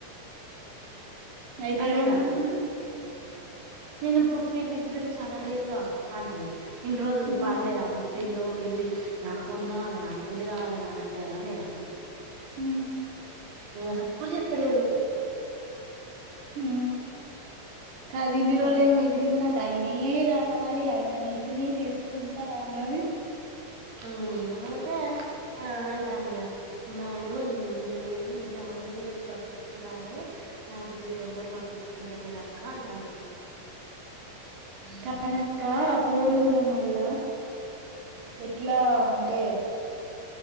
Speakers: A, on the right; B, on the right.
A: అయితే
B: అని
A: ఏమంటంది
B: నేను అన్నా
A: మరి
B: నేను ఇప్పుడు పెళ్లి గురించి అనలేదుగా అక్క అంటంది, ఇన్ని రోజులు
A: హ్మ్.
B: పాడలేదా అమ్ పిల్లో పెళ్లి, నాకు ఫోన్ కావాలి, నాకు పెళ్ళి కావాలని అని అనలేదా అని నేనన్న.
A: మ్
B: ఇంగ సప్పుడు చెత్తలేదు.
A: మ్ కాదు ఇన్ని
B: అంటాంది
A: రోజులు ఏమి ఎగిరింది నాక్ ఆయనే కావాలి. ఆయననైతేనే చేసుకుంటా అన్నది.
B: మ్ అదే అంటాందిగ. నా అయ్యో నేనిన్ని రో ఇంత మన్ ది గురించి పట్టించుకుంటాన్నా గాని, నా గురించి ఎవ్వరు పట్టించుకుంటలేరక్క అంటాంది.
A: కానక్క ఆ పోరి కూడ మళ్ళ ఎట్లా అంటే,